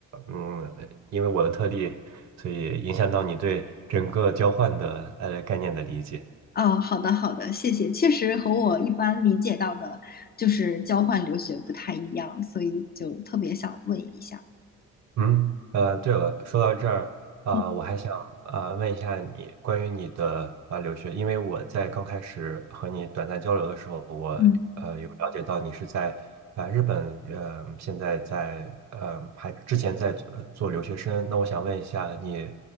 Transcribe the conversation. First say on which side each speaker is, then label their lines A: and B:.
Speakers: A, on the right (about 60°); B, on the left (about 30°).
A: 嗯，因为我的特例，所以影响到你对整个交换的呃概念的理解。
B: 哦，好的好的，谢谢。确实和我一般理解到的，就是交换留学不太一样，所以就特别想问一下。
A: 嗯，呃，对了，说到这儿，啊、
B: 嗯。
A: 我还想啊、呃问一下你关于你的啊、呃留学，因为我在刚开始和你短暂交流的时候，我呃有了解到你是在啊、
B: 嗯。
A: 呃日本，呃，现在在呃还之前在做做留学生，那我想问一下你，